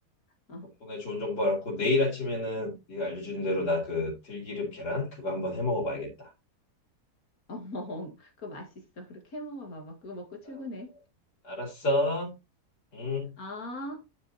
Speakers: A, on the left (about 65°); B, on the left (about 90°).
A: 어.
B: 덕분에 좋은 정보 알았고 내일 아침에는 네가 알려준 대로 나 그 들기름 계란 그거 한번 해 먹어봐야겠다.
A: <laughs> 어머, 그거 맛있어. 그렇게 해 먹어봐봐. 그거 먹고 출근해.
B: 어, 알았어. 응.
A: 아.